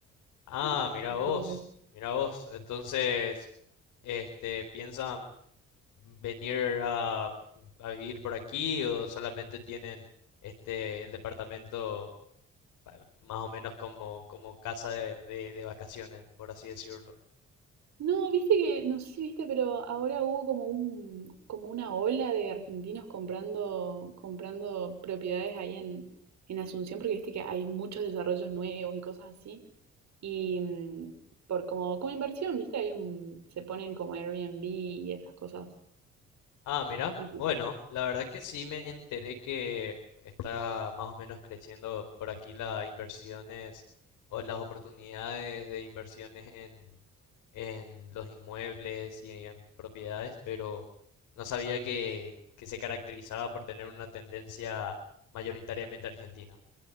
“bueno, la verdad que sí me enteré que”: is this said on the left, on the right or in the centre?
Left